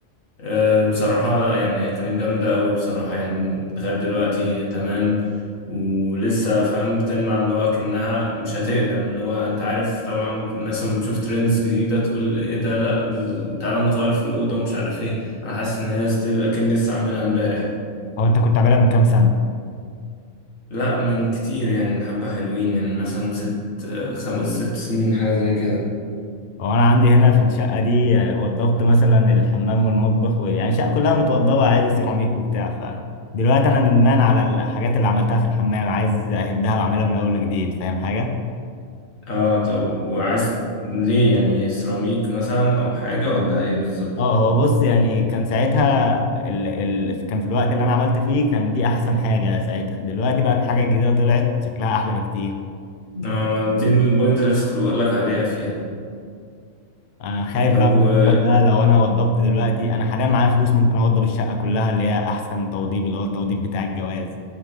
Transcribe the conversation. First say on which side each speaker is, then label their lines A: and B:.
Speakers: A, on the left; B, on the left.
A: أه، بصراحة لا يعني هي كانت جامدة أوي بصراحة يعني لغاية دلوقتي تمام ولسه فاهم بتلمع اللي هو أكنها مش هتقدم اللي هو أنت عارف طبعا الناس لما تشوف ترندز جديدة تقول إيه ده لأ ده- تعالى نغير في الأوضة ومش عارف إيه أنا حاسس إن هي ستيل أكن لسه عاملها إمبارح
B: هو انت كنت عاملها من كام سنه
A: لأ من كتير يعني حبة حلوين يعني مثلا ست أه، خمس ست سنين حاجة زي كده
B: هو انا عندي هنا في الشقه دي آه، وضبت مثلا الحمام والمطبخ ويعني الشقه كلها متوضبه عادي سيراميك وبتاع فدلوقتي انا ندمان على الحاجات اللي عملتها في الحمام عايز اهدها واعملها من اول وجديد فاهم حاجه
A: اه طب وعايز ليه يعني سيراميك مثلا أو حاجة ولا إيه بالظبط؟
B: اه هو بص يعني كان ساعتها ال... ال... كان في الوقت اللي انا عملت فيه كان دي احسن حاجه ساعتها دلوقتي بقى في حاجات جديده طلعت شكلها احلى بكتير
A: اه ما دي البوينت اللي لسه كنت بقول لك عليها فيها
B: انا خايف
A: طب
B: بقى من
A: و
B: الموضوع ده لو انا وضبت دلوقتي انا حاليا معايا فلوس ممكن اوضب الشقه كلها اللي هي احسن توضيب اللي هو التوضيب بتاع الجواز